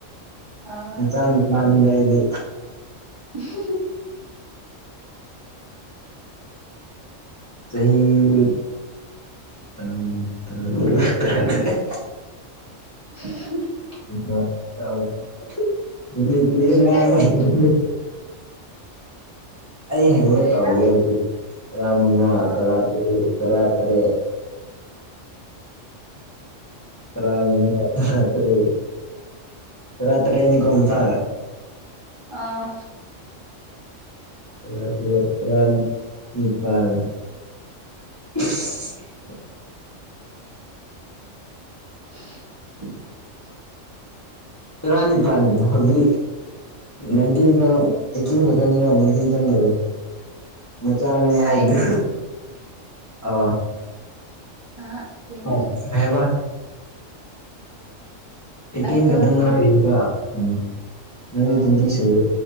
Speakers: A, on the right; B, on the left.
A: ꯑꯥ
B: ꯅ ꯆꯅ ꯆꯥꯅꯤꯗꯏꯗꯤ
A: ꯎꯍꯨꯍꯨ
B: ꯆꯍꯤ <unintelligible>
A: <unintelligible>
B: <unintelligible>
A: ꯀꯩꯁꯨ ꯀꯥꯏꯗꯦ
B: ꯑꯩ ꯍꯥꯏꯅꯤꯡꯕ
A: ꯀꯔꯤꯔ
B: ꯇꯥꯎꯒꯦ ꯍꯧꯖꯤꯛ ꯇꯔꯥ ꯃꯉꯥ
A: ꯑꯥ
B: ꯇꯔꯥ ꯇꯔꯨꯛ ꯇꯔꯥ ꯇꯔꯦꯠ ꯇꯔꯥ <unintelligible> ꯇꯔꯥ ꯇꯔꯦꯠ ꯇꯔꯥ ꯇꯔꯦꯠꯅꯤ ꯀꯣꯝ ꯊ
A: ꯑꯥ
B: ꯔꯥꯇꯔꯦꯠ ꯇꯔꯥ ꯅꯤꯄꯥꯜ <unintelligible>
A: <unintelligible>
B: ꯇꯔꯥꯅꯤꯄꯥꯟ ꯍꯧꯖꯤꯛ ꯑꯏꯟꯇꯤꯟ ꯑꯩ ꯆꯤꯡ ꯈ ꯆꯅꯤꯕ ꯅ ꯅꯤꯡꯊꯤꯟ ꯆꯪꯗꯧꯋ ꯅ ꯆꯅꯤ ꯍꯥꯏꯗꯤ
A: ꯑꯩ
B: ꯑ
A: ꯑꯥ ꯇ꯭ꯋꯦꯟꯇꯤ
B: ꯑ ꯍꯥꯏꯕ ꯑꯩꯠꯇꯤꯟ
A: ꯑꯩꯗꯣ
B: ꯈꯛꯇꯪ
A: ꯇ꯭ꯋꯦꯟ
B: ꯉꯥꯏꯔꯏꯕ ꯎꯝ ꯅꯪꯗꯤ
A: ꯑꯥ
B: ꯇ꯭ꯋꯦꯟꯇꯤ ꯁꯨꯔꯦ